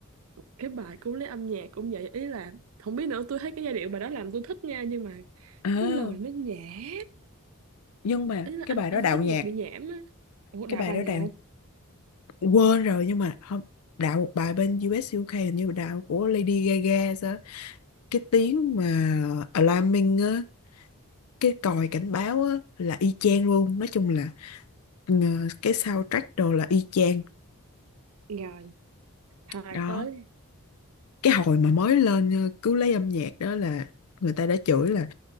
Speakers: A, on the right (about 70°); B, on the left (about 80°).
A: cái bài cũng lấy âm nhạc cũng vậy ý là không biết nữa tôi thấy cái giai điệu bài đó làm tôi thích nha nhưng mà
B: à,
A: cái lời nó nhẹ
B: nhưng mà
A: ý là
B: cái
A: anh
B: bài
A: anh
B: đó đạo
A: biết
B: nhạc
A: nhạc bị nhảm á ủa
B: cái
A: đạo
B: bài
A: bài
B: đó
A: nào
B: đạo quên rồi nhưng mà không đạo một bài bên U.S. u UK hình như đạo của Lady Gaga sao á. cái tiếng mà alarming á cái còi cảnh báo á là y chang luôn nói chung là ừ, cái soundtrack đồ là y chang
A: rồi thời
B: đó
A: tới
B: cái hồi mà mới lên ờ, cứ lấy âm nhạc đó là người ta đã chửi là